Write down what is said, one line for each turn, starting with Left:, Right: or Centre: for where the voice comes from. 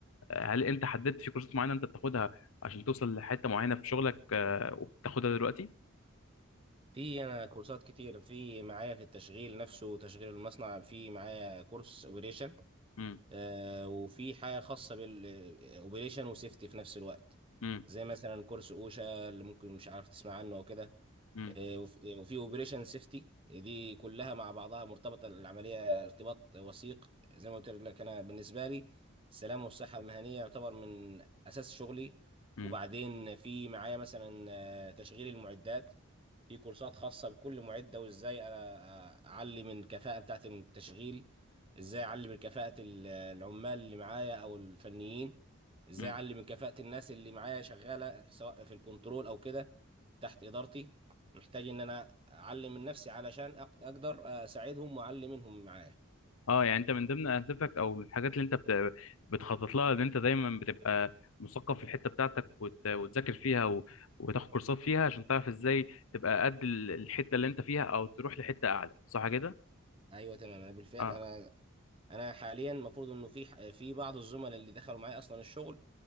Left: هل انت حددت في كورسات معينه انت بتاخدها عشان توصل لحته معينه في شغلك آه، وبتاخدها دلوقتي
Right: في انا كورسات كتير في معايا في التشغيل نفسه تشغيل المصنع في معايا كورس اوبريشن
Left: امم
Right: آه وفي حاجه خاصه بالاوبريشن وسيفتي في نفس الوقت
Left: امم
Right: زي مثلا كورس اوشا اللي ممكن مش عارف تسمع عنه او كده
Left: امم
Right: آه، وف- آه، وفي اوبريشن سيفتي دي كلها مع بعضها مرتبطه العمليه ارتباط وثيق زي ما قلت لك انا بالنسبه لي السلام والصحه المهنيه يعتبر من اساس شغلي
Left: امم
Right: وبعدين في معايا مثلا آه، تشغيل المعدات في كورسات خاصه بكل معده وازاي أ- أ- اعلي من الكفاءه بتاعه التشغيل ازاي اعلي من كفاءه ال- العمال اللي معايا او الفنيين ازاي
Left: امم
Right: اعلي من كفاءه الناس اللي معايا شغاله سواء في الكنترول او كده تحت ادارتي محتاج ان انا اعلم من نفسي علشان أق- اقدر اساعدهم واعلم منهم معايا
Left: اه يعني انت من ضمن اهدافك او من الحاجات اللي انت بت- بتخطط لها ان انت دايما بتبقى مثقف في الحته بتاعتك وت- وتذاكر فيها و- وتاخد كورسات فيها عشان تعرف ازاي تبقى قد ال- الحته اللي انت فيها او تروح لحته اعلى صح كده
Right: ايوه تمام انا بالفعل
Left: اه
Right: انا انا حاليا المفروض انه في ح- في بعض الزملاء اللي دخلوا معايا اصلا الشغل